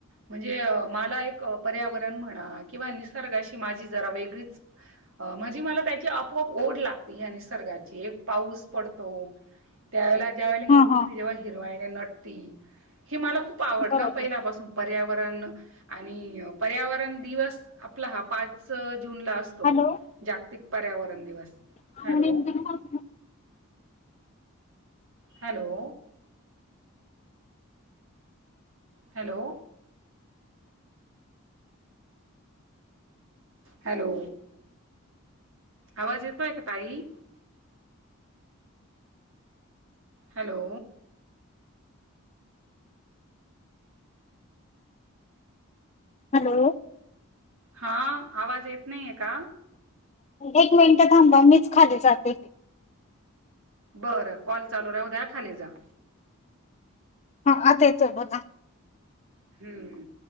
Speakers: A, on the right (about 65°); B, on the left (about 30°).
A: म्हणजे मला एक पर्यावरण म्हणा किंवा निसर्गाशी माझी जरा वेगळीच म्हणजे मला त्याची आपोआप ओढ लागते ह्या निसर्गाची एक पाऊस पडतो. <unintelligible> त्यावेेळेला ज्यावेेळेला ही
B: हा
A: पृथ्वी
B: हा
A: जेव्हा हिरवाईने नटती हे मला खूप आवडतं
B: बरोबर.
A: हं पहिल्यापासून पर्यावरण आणि पर्यावरण दिवस आपला हा पाच जूनला असं तो
B: हॅलो
A: जागतिक पर्यावरण दिवस.
B: <unintelligible>
A: हॅलो हॅलो हॅलो हॅलो आवाज येतोय का ताई? हॅलो
B: हॅलो
A: हा आवाज येत नाहीये का?
B: एक मिनट थांबा मीच खाली जाते.
A: बरं कॉल चालू राहू द्या खाली जा.
B: ह आता येतोय बोला
A: हम्म